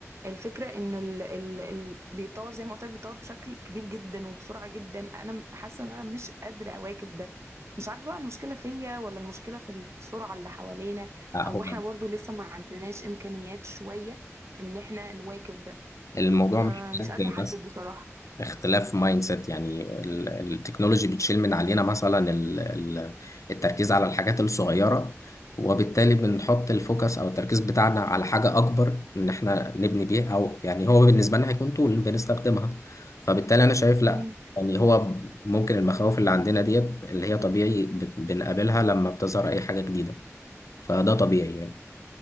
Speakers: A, on the right; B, on the left.
A: الفكرة ان ال ال ال بيتطور زي ما قلت لك بيتطور بشكل كبير جدا وبسرعة جدا انا م- حاسة ان انا مش قادرة اواكب ده مش عارفة بقى المشكلة فيا ولا المشكلة في السرعة اللي حوالينا
B: <laughs> هو
A: او احنا برضو لسه ما عندناش امكانيات شوية ان احنا نواكب ده
B: الموضوع
A: أه
B: محتاج
A: مش قادرة احدد
B: بس
A: بصراحة
B: اختلاف مايند سيت يعني ال- التكنولوجي بتشيل من علينا مثلا ال- ال- التركيز على الحاجات الصغيرة وبالتالي بنحط الفوكس او التركيز بتاعنا على حاجة اكبر ان احنا نبني بيه او يعني هو بالنسبة لنا هيكون طول بنستخدمها فبالتالي انا شايف لا
A: مم.
B: يعني هو ممكن المخاوف اللي عندنا ديت اللي هي طبيعي بت- بنقابلها لما بتظهر اي حاجة جديدة فده طبيعي يعني